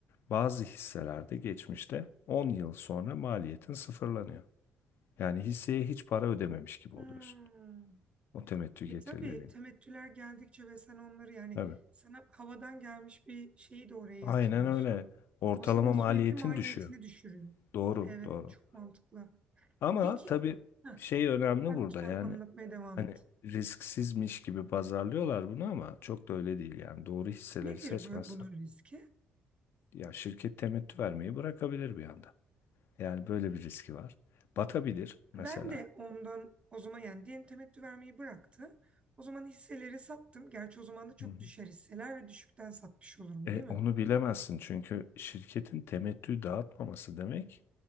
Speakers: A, on the left (about 70°); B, on the right (about 30°).
A: bazı hisselerde geçmişte 10 yıl sonra maliyetin sıfırlanıyor. Yani hisseye hiç para ödememiş gibi
B: Hmm.
A: oluyorsun. O temettü getirileriyle.
B: E tabii temettüler geldikçe ve sen onları yani
A: Tabii.
B: sana havadan gelmiş bir şeyi de oraya
A: Aynen
B: yatırıyorsun.
A: öyle. Ortalama
B: O senin sürekli
A: maliyetin
B: maliyetini
A: düşüyor.
B: düşürüyor.
A: Doğru,
B: Evet,
A: doğru.
B: çok mantıklı.
A: Ama
B: Peki,
A: tabii
B: heh,
A: şey önemli
B: sen
A: burada
B: lütfen
A: yani
B: anlatmaya devam
A: hani
B: et.
A: risksizmiş gibi pazarlıyorlar bunu ama çok da öyle değil yani doğru hisseleri
B: Nedir
A: seçmezsen
B: bu, bunun riski?
A: ya şirket temettü vermeyi bırakabilir bir anda. Yani böyle bir riski var. Batabilir mesela.
B: Ben de ondan o zaman yani diyelim temettü vermeyi bıraktı. O zaman hisseleri sattım. Gerçi o zaman da çok
A: Hı hı.
B: düşer hisseler ve düşükten satmış olurum
A: E,
B: değil mi?
A: onu bilemezsin çünkü şirketin temettü dağıtmaması demek